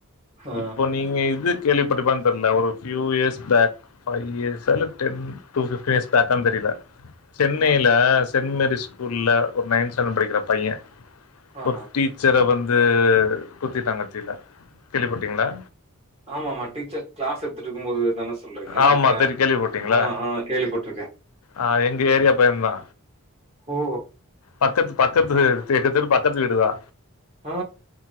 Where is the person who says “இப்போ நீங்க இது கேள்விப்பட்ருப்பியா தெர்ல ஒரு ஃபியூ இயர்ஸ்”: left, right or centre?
Left